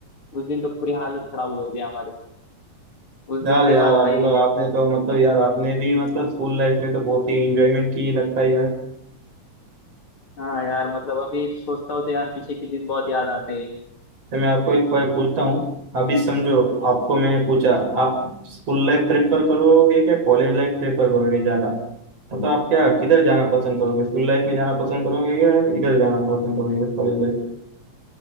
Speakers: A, on the left; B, on the right.
A: उस दिन तो पूरी हालत खराब हो गई थी हमारी उस दिन
B: यार
A: के
B: यार
A: बाद भाई
B: मतलब आपने तो मतलब यार आपने भी मतलब स्कूल लाइफ में तो बहुत ही एंजॉयमेंट की लगता है यार
A: हाँ यार मतलब अभी सोचता हूँ तो यार पीछे के दिन बहुत याद आते हैं
B: मैं आपको एक पॉइंट पूछता हूँ अभी समझो आपको मैंने पूछा आप स्कूल लाइफ प्रेफर करोगे क्या कॉलेज लाइफ प्रेफर करोगे ज्यादा तो आप क्या किधर जाना पसंद करोगे स्कूल लाइफ में जाना पसंद करोगे या इधर जाना पसंद करोगे कॉलेज लाइफ